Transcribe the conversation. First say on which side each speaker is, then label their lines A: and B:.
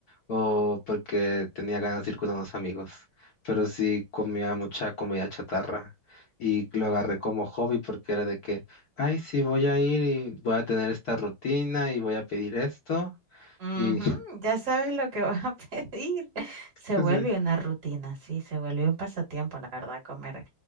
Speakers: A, on the left; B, on the right.
A: o porque tenía ganas de ir con unos amigos. Pero sí comía mucha comida chatarra y lo agarré como hobby porque era de que, ay, sí, voy a ir y voy a tener esta rutina y voy a pedir esto.
B: Ujú,
A: Y
B: Ya sabes lo que vas a <laughs> pedir. Se
A: Sí.
B: vuelve una rutina, sí, se vuelve un pasatiempo, la verdad, comer,